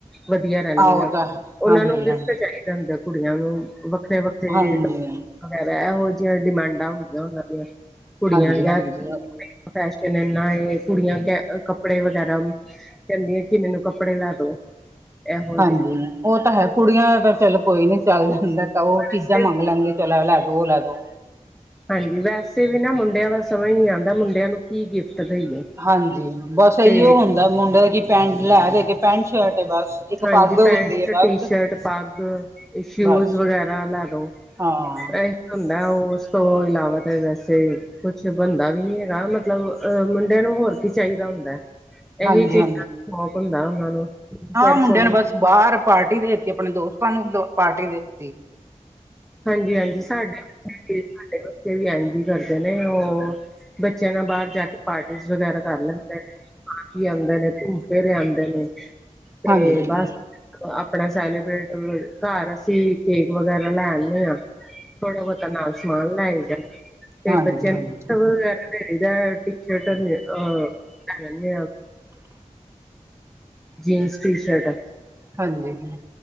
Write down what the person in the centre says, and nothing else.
ਵਧੀਆ ਰਹਿੰਦੀਆ
ਹਨ।
ਉਹਨਾਂ
ਨੂੰ ਗਿਫਟ
ਚਾਹੀਦਾ। ਹੁੰਦਾ ਕੁੜੀਆਂ ਨੂੰ ਵੱਖਰੇ- ਵੱਖਰੇ
ਵਗੈਰਾ ਇਹੋ ਜਿਹੀਆਂ ਡਿਮਾਂਡ। ਆ ਹੁੰਦੀਆਂ ਉਹਨਾਂ ਦੀਆ ਕੁੜੀਆਂ
ਦੀਆਂ।
ਫੈਸ਼ਨ ਇਨਾ ਇਹ ਕੀ ਕੁੜੀਆਂ ਕਹਿਣ ਕੱਪੜੇ ਵੇਂਗੇਰਾ। ਕਹਿੰਦੀ ਆ ਕਿ ਮੈਨੂੰ ਕੱਪੜੇ ਲੈ ਦੋ। ਇਹੋ
ਜਿਹੇ
ਵੈਸੇ
ਹਾਂਜੀ ਵੈਸੇ ਵੀ ਨਾ ਮੁੰਡਿਆਂ ਦਾ ਸਮਝ ਨਹੀਂ ਆਉਂਦਾ, ਮੁੰਡਿਆਂ ਨੂੰ ਕੀ ਗਿਫਟ ਦੇਈਏ।
ਤੇ
ਹਾਂਜੀ,
ਪੈਂਟ
ਟੀ ਸ਼ਰਟ ਪੱਗ ਸ਼ੂਜ
ਵਗੈਰਾ ਲੈਦੋ।
ਇਹੀ ਹੁੰਦਾ ਉਸ ਤੋਂ ਇਲਾਵਾ ਤਾਂ ਵੈਸੇ। ਕੁਛ ਬਣਦਾ ਵੀ ਨੀ ਹੈਗਾ ਮਤਲਬ ਆ ਮੁੰਡਿਆਂ ਨੂੰ ਹੋਰ ਕੀ ਚਾਹੀਦਾ ਹੁੰਦਾ।
ਇਹੀ ਚੀਜ਼ਾਂ,
ਦਾ ਸ਼ੌਕ ਹੁੰਦਾ ਉਹਨਾਂ ਨੂੰ।
ਫਿਰ
ਫੋਨ
ਹਾਂਜੀ ਹਾਂਜੀ ਸਾਡੇ ਬੱਚੇ ਜੀਂਦ ਨੀ ਕਰਦੇ। ਬੱਚੇ ਵੀ ਐਨਜੀਂ ਕਰਦੇ ਨੇ ਉਹ, ਬੱਚਿਆਂ ਨਾਲ ਬਾਹਰ ਜਾ ਕੇ ਪਾਰਟੀ ਵਗੈਰਾ। ਕਰ ਲੈਂਦੇ ਨੇ ਜੀ, ਆਉਂਦੇ ਨੇ ਘੁੰਮ ਕੇ ਫੇਰੇ ਆਉਂਦੇ ਨੇ ਤੇ
ਬਸ। ਆਪਣਾ ਸੈਲੀਬ੍ਰੇਟ, ਤੇ ਘਰ ਅਸੀਂ ਕੇਕ ਵਗੈਰਾ ਲਿਆਂ। ਮੋ ਥੋੜਾ ਬਹੁਤਾ ਨਾਲ ਸਮਾਨ ਲਾਏ ਜਾ ਤੇ,
ਬੱਚੇ ਵਗੈਰ।
ਲੈ ਆਇਦਾ ੲਏ, ਟੀ ਸ਼ਰਟ ਅਨ। ਜੀਨਸ ਟੀ ਸਰਤਾ।